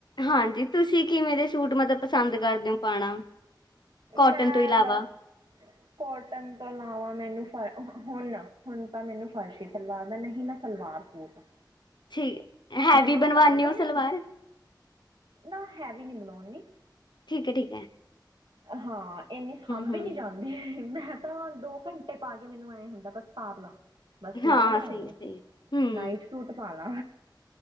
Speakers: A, on the left; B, on the right.
A: ਹਾਂਜੀ ਤੁਸੀਂ ਕਿਵੇਂ ਦੇ ਸੂਟ ਮਤਲਬ ਪਸੰਦ ਕਰਦੇ ਹੋ ਪਾਣਾ? ਕੋਟਨ
B: ਮੈਂ
A: ਤੋਂ ਇਲਾਵਾ
B: ਬਸ ਕੋਟਨ ਤੋਂ ਲਾਵਾਂ ਮੈਨੂੰ ਫਿਰ- ਹੁਣ ਹੁਣ ਤਾਂ ਮੈਨੂੰ ਫਰਸ਼ੀ ਸਲਵਾਰ ਦਾ ਨਹੀਂ ਨਾ ਸਲਵਾਰ ਸੂਟ-
A: ਠੀਕ- ਹੈਵੀ
B: ਮੈਨੂੰ
A: ਬਣਾਉਦੇ
B: ਪਲਾਜ਼ੋ
A: ਹੋ
B: ਨੇ
A: ਸਲਵਾਰ?
B: ਨਾ ਹੈਵੀ ਨਹੀਂ ਬਣਾਉਣੀ-
A: ਠੀਕ ਐ ਠੀਕ ਐ।
B: ਹਾਂ ਇੰਨੀੇ ਸਾਂਭੀ
A: ਹੂੰ।
B: ਨਹੀਂ ਜਾਂਦੀ ਮੈਂ ਤਾਂ ਦੋ ਘੰਟੇ- ਟੇ ਪਾ ਕੇ ਮੈਨੂੰ ਐਂ ਹੁੰਦਾ ਬਸ ਸਾਰ ਲਵਾਂ ਬਸ
A: ਹਾਂ,
B: ਲਾਹ ਦਾ
A: ਸਹੀ-ਸਹੀ
B: ਇਹਨੂੰ
A: ਹੂੰ।
B: ਨਾਈਟ ਸੂਟ ਪਾ ਲਾ